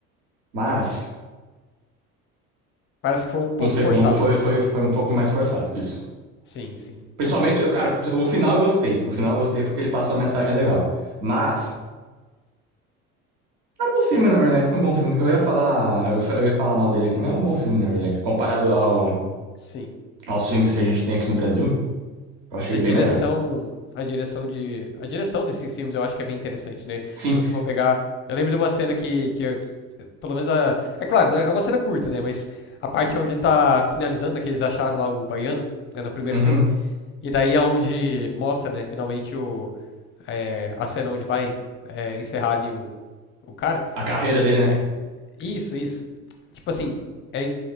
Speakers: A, on the right; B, on the left.
A: mas,
B: Parece que foi um pouco
A: no segundo
B: forçado,
A: foi,
B: né?
A: foi, foi um pouco mais forçado, isso.
B: Sim, sim,
A: Principalmente,
B: concordo.
A: eu- cara, o final eu gostei. O final eu gostei porque ele passou uma mensagem legal. Mas, é um bom filme, na verdade. É um bom filme. Eu ia falar, eu, fa- eu ia falar mal dele aqui, mas é um bom filme, na verdade. Comparado ao,
B: Sim.
A: aos filmes que a gente tem aqui no Brasil, eu achei
B: A
A: bem
B: direção,
A: melhor.
B: a direção de, a direção desses filmes eu acho que é bem interessante, né?
A: Sim,
B: Se você for pegar, eu lembro de uma cena que, que, eu- que pelo menos a, é claro, não é é uma cena curta, né? Mas a parte onde tá finalizando, né, que eles acharam lá o baiano, né, no primeiro
A: uhum.
B: filme, e daí é onde mostra, né, finalmente o é, a cena onde vai é, encerrar ali o, o cara.
A: A carreira dele, né?
B: É, isso, isso. Tipo assim, é,